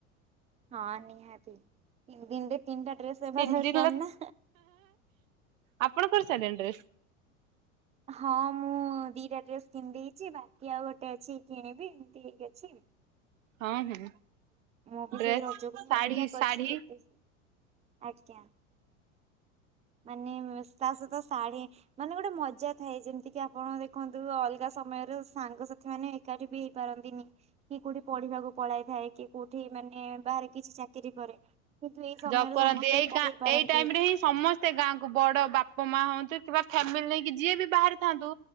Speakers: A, on the right; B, on the right.
A: ହଁ ନିହାତି ତିନି ଦିନରେ ତିନିଟା ଡ୍ରେସ୍ ହେବା
B: ତିନି
A: ଦରକାର
B: ଦିନ ଲ
A: ନା
B: ଆପଣ କରି ସାରିଲେଣି ଡ୍ରେସ
A: ହଁ ମୁଁ ଦିଟା ଡ୍ରେସ୍ କିଣିଦେଇଚି ବା ବାକି ଆଉ ଗୋଟେ ଅଛି କିଣିବି ଏମିତି ହେଇକି ଅଛି।
B: ହଁ ହଁ।
A: ମୁଁ ବି
B: ଡ୍ରେସ
A: ସେଇ ରଜକୁ ହିଁ
B: ଶାଢୀ
A: ଅପେକ୍ଷା କରିଛି
B: ଶାଢୀ
A: କେତେ ଆଜ୍ଞା। ମାନେ ତା ସହିତ ଶାଢୀ଼ ମାନେ ଗୋଟେ ମଜା ଥାଏ ଯେମିତି କିି ଆପଣ ଦେଖନ୍ତୁ ଅଲଗା ସମୟରେ ସାଙ୍ଗସାଥି ମାନେ ଏକାଠି ବି ହେଇପାରନ୍ତିନି କି କୋଉଠି ପଢିବାକୁ ପଳାଇ ଥାଏ କି କୋଉଠି ଏଠି ମାନେ ବାହାରେ କିଛି ଚାକିରି କରେ। କିନ୍ତୁ ଏଇ ସମୟରେ
B: ଜବ୍ କରନ୍ତି
A: ସମସ୍ତେ
B: ଏଇକା
A: ଏକାଠି ହେଇପାରନ୍ତି
B: ଏଇ ଟାଇମ୍ ରେ ହିଁ ସମସ୍ତେ ତେ ଗାଁକୁ ବଡ ବାପା ମା ହୁଅନ୍ତୁ କିମ୍ବା ଫ୍ୟାମିଲି ନେଇକି ଯିଏ ବି ବାହାରେଥାନ୍ତୁ